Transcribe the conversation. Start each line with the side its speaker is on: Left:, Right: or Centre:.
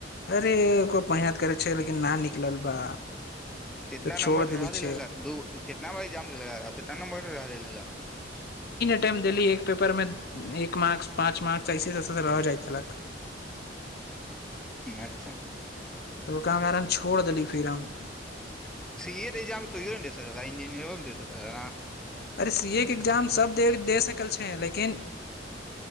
Left: अरे कोइ मेहनत करै छै लेकिन न निकलल बा
Centre: तितना
Left: तऽ
Centre: नंबर
Left: छोड़
Centre: चढ़ा
Left: देले
Centre: देलक
Left: छै
Centre: त दितना नबर जितना नं्र रहल ह
Left: ी एक पेपर मे एक मार्क पाँच मार्कस ऐसेे रह जाइत छलक
Centre: अच्छा
Left: तऽ ओकरा कारण छोड़ देली फिर हम
Centre: सी ए त तोयू ना दे सकल बा द इंजीनीयर मे दे सकत बा
Left: अरे सी ए के एग्जाम सब दे सकल छै लेकिन